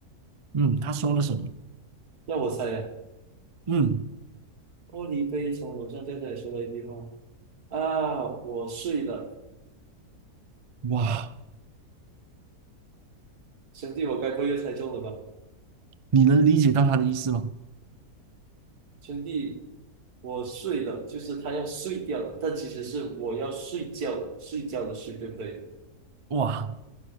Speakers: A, on the right; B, on the right.
A: 嗯，他说了什么？
B: 要我猜呀、
A: 嗯，
B: 玻璃杯从楼上掉下来说了一句话啊，我睡了，
A: 哇，
B: 兄弟，我该不会又猜中了吧？
A: 你能理解到他的意思吗？
B: 兄弟，我睡了，就是他要睡掉了，但其实是我要睡觉了，睡觉的睡，对不对？
A: 哇，